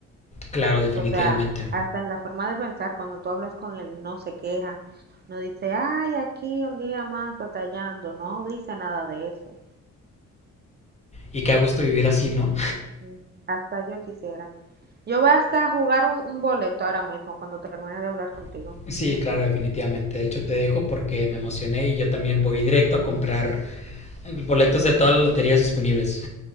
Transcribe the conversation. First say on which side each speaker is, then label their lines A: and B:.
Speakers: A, on the left; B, on the right.
A: claro definitivamente
B: O sea, hasta en la forma de pensar, cuando tú hablas con él, no se queja, no dice, ay, aquí un día más batallando, no dice nada de eso.
A: y qué a gusto vivir así no
B: Mm, Hasta yo quisiera. Yo voy hasta a jugar un, un boleto ahora mismo cuando termine de hablar contigo.
A: <laughs> sí claro definitivamente de hecho te dejo porque me emocioné y yo también voy directo a comprar boletos de todas las loterías disponibles